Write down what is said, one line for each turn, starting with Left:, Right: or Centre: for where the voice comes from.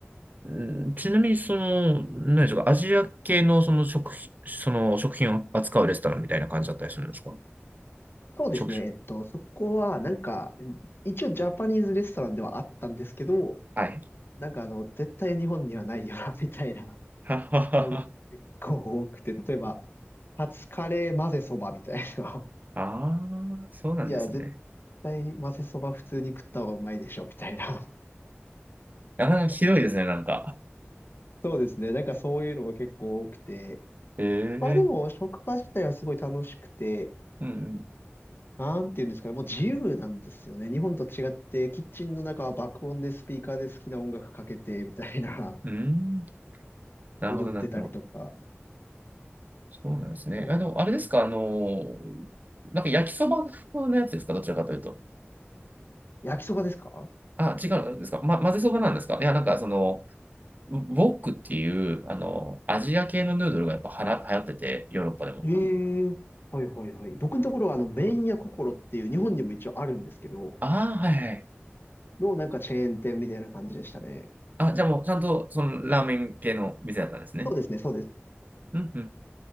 Right: うんちなみに、その、何でしょうか、アジア系のその食品、その食品を扱うレストランみたいな感じだったりするんですか
Left: そうですね。
Right: 食種。
Left: えっと、そこは、なんか、一応ジャパニーズレストランではあったんですけど、
Right: はい。
Left: なんかあの、絶対日本にはないよな、<laughs> みたいな
Right: <laughs> はははは。
Left: ものが結構多くて、例えば、カツカレー混ぜそばみたいな。
Right: ああ、
Left: <laughs>
Right: そうなんですね。
Left: いや、絶対混ぜそば普通に食った方がうまいでしょ、みたいな。
Right: なかなかひどいですね、なんか。
Left: <laughs> そうですね。なんかそういうのが結構多くて。
Right: ええー
Left: まあでも、職場自体はすごい楽しくて、
Right: うん、
Left: なんていうんですかね、もう自由なんですよね。日本と違って、キッチンの中は爆音でスピーカーで好きな音楽かけて、みたいな。
Right: うん。うーん、なるほど、
Left: 踊ってたりとか。
Right: なるほど。そうなんですね。
Left: うん
Right: あの、あれですか、あの、なんか焼きそば風のやつですか、どちらかというと。
Left: 焼きそばですか
Right: あ、違うんですか、ま、混ぜそばなんですか。いや、なんかその、ウウォックっていう、あの、アジア系のヌードルがやっぱはら流行ってて、ヨーロッパでも。
Left: ええはいはいはい。僕のところはあの、麺屋心っていう日本にも一応あるんですけど、
Right: ああ、はいはい。
Left: のなんかチェーン店みたいな感じでしたね。
Right: あ、じゃあもうちゃんと、その、ラーメン系の店だったんですね。
Left: そうですね、そうですね。
Right: うんうん。